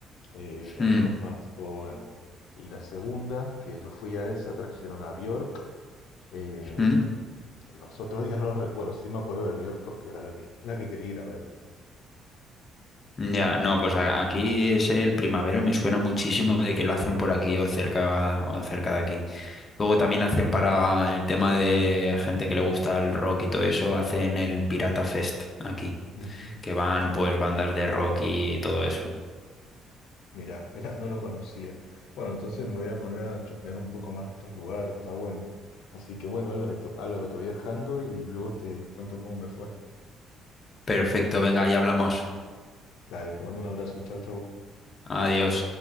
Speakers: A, on the left; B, on the left.
A: eh, y algunos
B: Mm.
A: más, todo bueno. Y la segunda, que yo fui a esa, trajeron a Björk. eh,
B: ¿Mm?
A: los otros <laughs> días no los recuerdo, sí me acuerdo de Björk porque era la que, la que quería ir a
B: Ya, no, pues a- aquí es el primavera, me suena muchísimo de que lo hacen por aquí o cerca, o cerca de aquí. Luego también hacen para el tema de gente que le gusta el rock y todo eso, hacen el Pirata Fest aquí,
A: ver.
B: que van pues bandas de rock y todo eso.
A: Mirá, mirá, no lo conocía. Bueno, entonces me voy a poner a chusmear un poco más de estos lugares, está bueno. Así que bueno, Álvaro, Álvaro, te voy dejando y luego te cuento cómo me fue.
B: Perfecto, venga, ya hablamos.
A: Dale, te mando un abrazo, chau, chau.
B: Adiós.